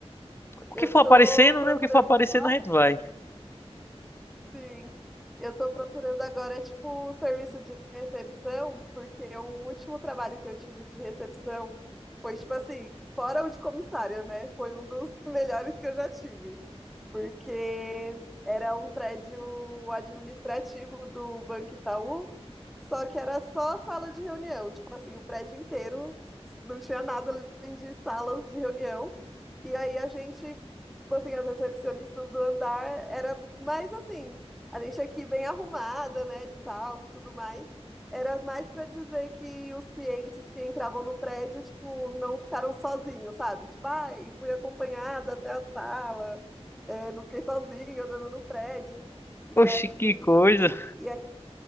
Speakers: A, on the left; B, in the centre.
A: o
B: eu
A: que for aparecendo,
B: tô procurando
A: né? O que for aparecendo
B: agora.
A: a gente vai.
B: Sim, eu tô procurando agora, é, tipo, serviço de recepção, porque o último trabalho que eu tive de recepção foi, tipo assim, fora o de comissária, né? Foi um dos <laughs> melhores que eu já tive, porque era um prédio administrativo do Banco Itaú, só que era só sala de reunião, tipo assim, o prédio inteiro não tinha nada além de salas de reunião, e aí a gente tipo assim, as recepcionistas do andar era mais assim, a gente aqui bem arrumada, né, de salto, tudo mais. Era mais para dizer que os clientes que entravam no prédio, tipo, não ficaram sozinhos, sabe? Tipo, ai, fui acompanhada até a sala, é, não fiquei sozinha andando no prédio. E
A: Oxe,
B: aí,
A: que coisa,
B: e